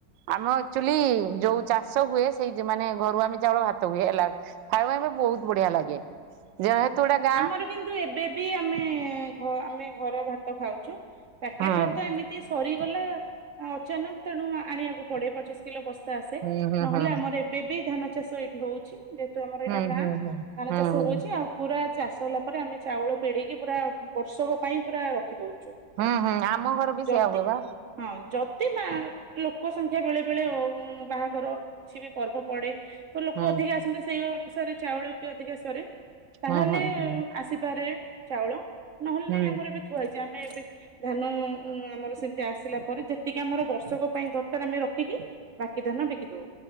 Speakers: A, on the right; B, on the right.
A: ଆମ ଆକ୍ଚୁଆଲି ଯୋଉ ଚାଷ ହୁଏ ସେଇ ଯ ମାନେ ଘରୁ ଆମେ ଚାଉଳ ଭାତ ହୁଏ ହେଲା। ଖାଇବା ପାଇଁ ବହୁତ
B: ହଁ।
A: ବଢିଆ ଲାଗେ ଯେହେତୁ ଏଇଟା ଗା
B: ଆମର କିନ୍ତୁ ଏବେ ବି ଆମେ-ଏ-ଏ-ଏ ଘ ଆମେ ଘର ଭାତ ଖାଉଛୁ ପ୍ୟାକେଟ
A: ହୁଁ
B: ଭାତ ଏମତି ତି ସରିଗଲା ଅଚାନକ ତେଣୁ ଆଣିବାକୁ ପଡେ ପଚିଶ କିଲୋ ବସ୍ ତା ଆସେ
A: ହୁଁ ହୁଁ
B: ନହେଲେ
A: ହୁଁ।
B: ଆମର ଏବେ ବି ଧାନ ଚାଷ ଏଇଠି ହଉଛି ଯେ ହେତୁ ଆମର
A: ହୁଁ
B: ଏଇଟା ଗାଁ
A: ହୁଁ ହୁଁ
B: ଧାନ
A: ହୁଁ ହୁଁ
B: ଚାଷ
A: ହୁଁ
B: ହଉଛି ଆଉ ପୁରା ଚାଷ ହେଲା ପରେ ଆମେ ଚାଉଳ ପେଡିକି ପୁରା ବର୍ଷକ ପାଇଁ ପୁରା ରଖିଦଉଛୁ।
A: ହୁଁ ହୁଁ ଆମ ଘର ବି
B: ଯଦି
A: ସେୟଆ ହୁଏ ବା।
B: ହଁ ଯଦି ନା ଲୋକ ସଂଖ୍ୟା ବେଳେ ବେଳେ ଅ ଉମ୍ ବାହାଘର କିଛି ବି ପର୍ବ ପଡେ ତ ଲୋକ
A: ହୁଁ
B: ଅଧିକା ଆସନ୍ତି ସେଇ ଅନୁସାରେ ଚାଉଳି ବି ଅଧିକା ସରେ। ତାହେଲେ
A: ହଁ ହଁ ହୁଁ।
B: ଆସିପାରେ ଚାଉଳ ନହେଲେ
A: ହୁଁ
B: ନାଇଁ ଆମର ଏବେ ଥୁଆ ହେଇଛି ଆମେ ଏବେ ଧାନ-ଅ-ଅ ଅ ଆମର ସେମିତି ଆସିଲା ପରେ ଯେତିକି ଆମର ବର୍ଷକ ପାଇଁ ଦରକାର ଆମେ ରଖିକି ବାକି ଧାନ ବିକି ଦଉ।